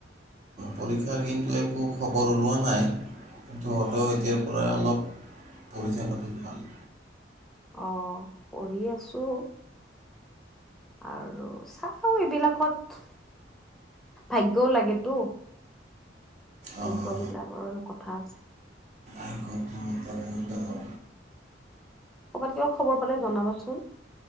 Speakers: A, on the right; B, in the centre.
A: পৰীক্ষাৰ দিনটোৱে খুব খবৰ ওলোৱা নাই কিন্তু হ'লেও এতিয়াৰ পৰা অলপ পঢ়ি থাকাটো ভাল।
B: অহ, পঢ়ি আছোঁ। আৰু চাওঁ এইবিলাকত ভাগ্যও লাগেতো ভাগ্যবিলাকৰ
A: আহ,
B: কথা আছে।
A: আকৌ <unintelligible>
B: কৰ'বাত কিবা খবৰ পালে জনাবাচোন।